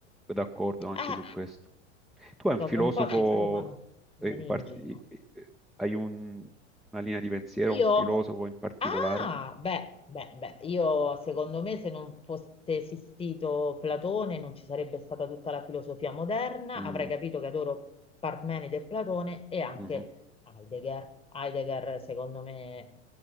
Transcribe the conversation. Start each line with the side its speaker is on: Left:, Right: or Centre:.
Centre: d'accordo anche
Left: Eh,
Centre: su questo. Tu hai
Left: dopo
Centre: un filosofo,
Left: un po' ti fumano
Centre: eh,
Left: i meningi.
Centre: in parti- eh, eh, hai un- una linea di pensiero,
Left: Io?
Centre: un filosofo in particolare?
Left: Ah, beh, beh, beh, io secondo me se non fosse esistito Platone non ci sarebbe stata tutta la filosofia moderna,
Centre: Mm,
Left: avrei capito che adoro Parmenide e Platone e anche
Centre: mhm.
Left: Heidegger. Heidegger secondo me